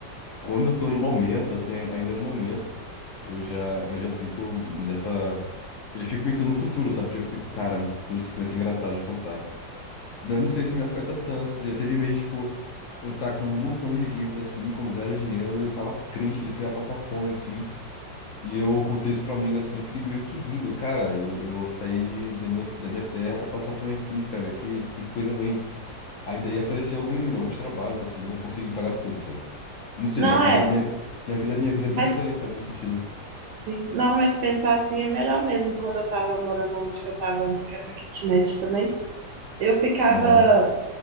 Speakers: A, on the left (about 65°); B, on the right (about 75°).
A: quando eu tô no momento, assim, ai- ainda no momento, eu já, eu já fico nessa. Eu já fico pensando no futuro, sabe? Eu já fico pensando, cara, no futuro isso aqui vai ser engraçado de contar. Daí Eu não sei se me afeta tanto. Já teve mês, tipo, eu tá com um montão de dívida, assim, com zero dinheiro, e eu tava crente de que eu ia passar fome, assim. E eu contei isso pro amigo, assim, fiquei meio que rindo. Cara, eu, eu saí do meu, da minha terra pra passar fome aqui, cara, que, que coisa ruim. Aí daí apareceu algum, alguns trabalhos, assim, eu consegui pagar tudo, sabe? Não sei,
B: Não
A: minha vida,
B: é,
A: minha, minha vida, minha vida é bem
B: mas
A: estranha, sabe, nesse sentido.
B: sim. Não, mas pensar assim é melhor mesmo. Quando eu tava morando onde que eu tava antes, que era uma kitnet também, eu ficava.
A: Aham.